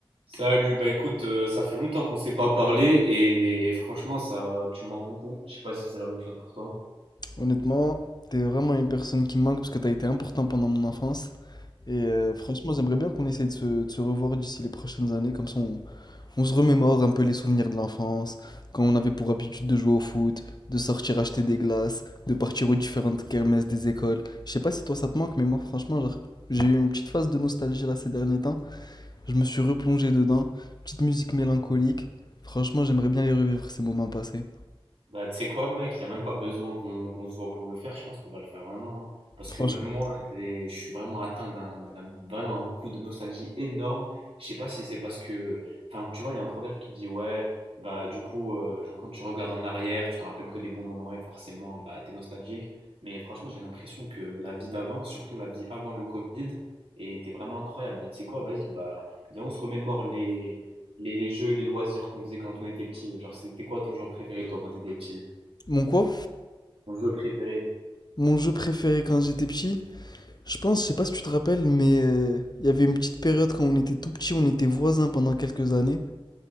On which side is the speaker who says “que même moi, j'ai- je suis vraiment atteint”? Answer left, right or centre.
Right